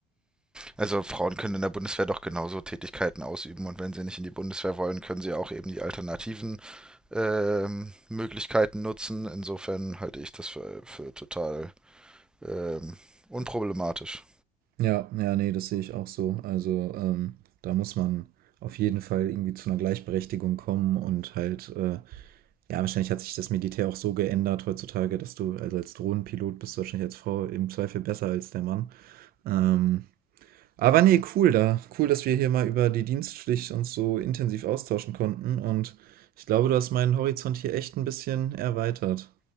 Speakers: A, in the centre; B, on the right (about 50°).
A: also Frauen können in der Bundeswehr doch genauso Tätigkeiten ausüben und wenn sie nicht in die Bundeswehr wollen, können sie auch eben die alternativen ähm, Möglichkeiten nutzen. Insofern halte ich das für, für total ähm, unproblematisch.
B: Ja, ja, nee, das sehe ich auch so. Also ähm, da muss man auf jeden Fall irgendwie zu einer Gleichberechtigung kommen und halt, äh, ja, wahrscheinlich hat sich das Militär auch so geändert heutzutage, dass du also als Drohnenpilot bist du wahrscheinlich als Frau im Zweifel besser als der Mann. Ähm, Aber nee, cool da. Cool, dass wir hier mal über die Dienstpflicht uns so intensiv austauschen konnten. Und ich glaube, du hast meinen Horizont hier echt ein bisschen erweitert.